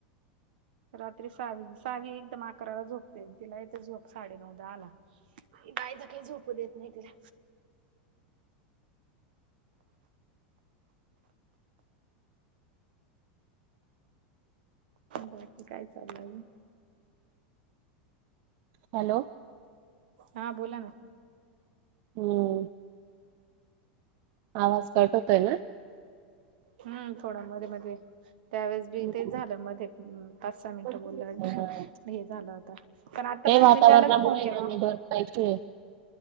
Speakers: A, on the right (about 75°); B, on the right (about 55°).
A: रात्री सावी, सावी एकदम अकराला झोपते, तिला येते झोप. साडे -नऊ दहाला. गायच काही झोपू देत नाही तिला. बाकी काय चालय मग?
B: हॅलो.
A: हा, बोला ना.
B: हम्म. आवाज कट होतोय ना?
A: हम्म थोडा मध्येे- मध्येे. त्यावेेळेस बी
B: हं.
A: तेच झालं मध्ये पाच -सहा मिनटं
B: हा.
A: बोललं हे झालं होता. म, आत्तापर्यंत
B: ते वातावरणामुळे
A: मी ज्याला मी कॉल केला.
B: ना नेटवर्क इश्यू